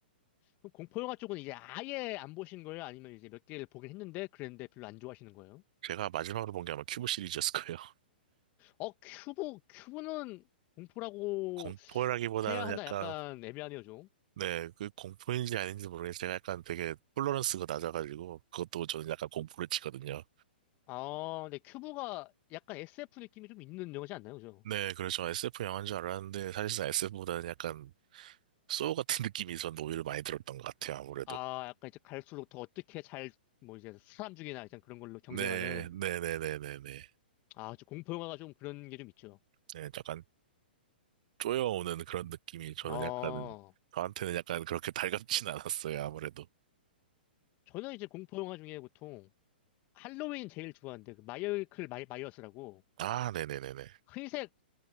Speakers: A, on the left; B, on the right.
A: 그럼 공포 영화 쪽은 이제 아예 안 보신 거예요? 아니면 이제 몇 개를 보긴 했는데 그랬는데 별로 안 좋아하시는 거예요?
B: 제가 마지막으로 본 게 아마 큐브 시리즈였을 거예요. <laughs>
A: 어 큐브 큐브는 공포라고
B: 공포라기보다는
A: 해야 하나
B: 약간,
A: 약간 애매하네요 좀
B: 네, 그 공포인지 아닌지 모르겠는데 제가 약간 되게 톨러런스가 낮아가지고 그것도 저는 약간 공포를 치거든요.
A: 아, 근데 큐브가 약간 SF 느낌이 좀 있는 영화지 않나요? 그죠?
B: 네, 그래서 SF 영화인 줄 알았는데 사실상 SF보다는 약간 소울 같은 <laughs> 느낌이 저는 오히려 많이 들었던 것 같아요, 아무래도.
A: 아, 약간 이제 갈수록 더 어떻게 잘, 뭐 이제 사람 죽이나 이제 그런 걸로 경쟁하는,
B: 네, 네네네네네. 네, 네, 네, 네.
A: 아, 저 공포 영화가 좀 그런 게 좀 있죠.
B: 네, 약간 쪼여오는 그런 느낌이 저는
A: 어,
B: 약간, 저한테는 약간 그렇게 <laughs> 달갑진 않았어요, 아무래도.
A: 저는 이제 공포 영화 중에 보통 할로윈 제일 좋아하는데, 그 마이클 마이, 마이어스라고
B: 아, 네네네네.
A: 흰색